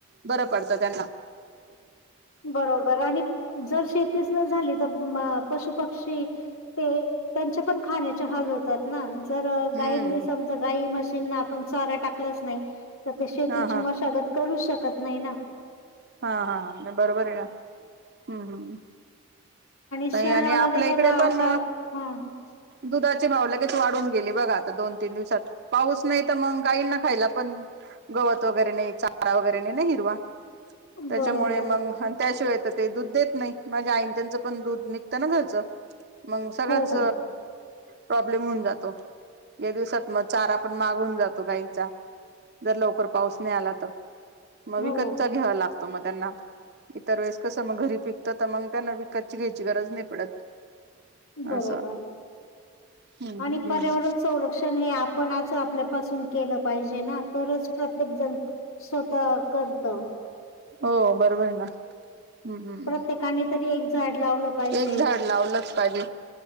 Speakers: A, on the right; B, on the left.
A: बऱ्या पडतात त्यांना
B: <inaudible> बरोबर आणि जर शेतीच न झाली तर पशु पक्षी ते. त्यांचे पण खाण्याचे हाल होतात ना तर
A: हम्म
B: गाईनी समज गाय मशीन आपण चारा टाकलाच नाही तर ते शेतीची
A: हा हा
B: मशागत करू शकत नाही ना
A: हा-हा बरोबर आहे ना हम्म-हम्म
B: शहरामध्ये
A: नाही आणि आपल्या
B: बघा
A: इकडे पण
B: आता हा
A: दुधा भावे तू वाढून गेली बघा आता दोन तीन दिवसात पाऊस नाही तर मग गाईंना खायला प गवत वगैरे नाही चारा वगैरे नाही हिरवा त्याच्यामुळे
B: बरोबर
A: मग त्याशिवाय ते दूध देत नाही माझ्या आईन त्यांचं पण दूध निघतं ना घरचं मंग सगळंच
B: हो हो
A: प्रॉब्लेम होऊन जातो या दिवसात मग चारा पण महाग होवून जातो गाईंचा जर लवकर पाऊस नाही आला तर मग
B: हो.
A: विकतच घ्यावा लागतो मग त्यांना इतर वेळेस कस मग घरी पिकत तर मग यांना विकातची घ्यायची गरज नाही पडत.
B: बरोबर,
A: असं हम्म
B: आणि
A: हम्म
B: पर्यावरण
A: हम्म
B: संरक्षण हे आपण आपल्यापासून केलं पाहिजे ना तरच प्रत्येक जण स्वतः करत
A: हो बरोबर ना, हम्-हम्
B: प्रत्येकाने तरी एक झाड लावलं पाहिजे.
A: एक झाड लावलंच पाहिजे